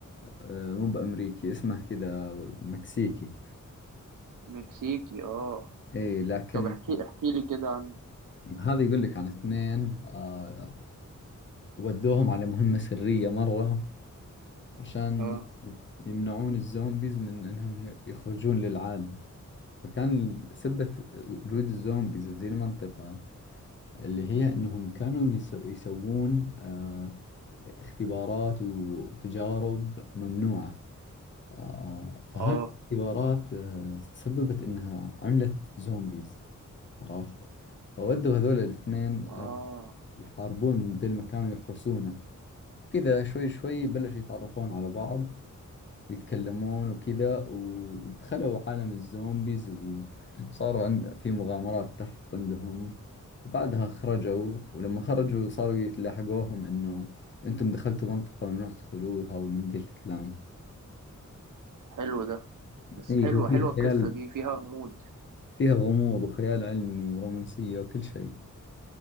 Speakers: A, on the left (about 40°); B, on the right (about 85°).
A: آه، مو بأمريكي اسمه كذا مكسيكي
B: مكسيكي اه
A: إيه لكن
B: طب احكي احكي لي كده عن
A: هذا يقول لك عن اثنين آه، آه، ودوهم على مهمة سرية مرة عشان
B: اه
A: يمنعون الزومبيز من انهم ي- يخرجون للعالم فكان ال- سبة آه، وجود الزومبيز في ذي المنطقة اللي هي انهم كانوا يس- يسوون آه، اختبارات وتجارب ممنوعة آه، فهذه
B: اه
A: الاختبارات آه، سببت انها عملت زومبيز عرفت فودوا هذول الاثنين
B: اه
A: آه، يحاربون ذي المكان ويحرسونه كذا شوي شوي بلشوا يتعرفون على بعض ويتكلمون وكذا ودخلوا عالم الزومبيز وصاروا عند في مغامرات تحت عندهم وبعدها خرجوا ولما خرجوا صاروا يتلاحقوهم انه انتم دخلتوا منطقة ممنوع تدخلوها ومن ذي الكلام
B: حلو ده بس
A: اي
B: حلوه
A: هو فيه
B: حلوه القصه
A: خيال
B: دي فيها غموض
A: فيها غموض وخيال علمي ورومانسية وكل شيء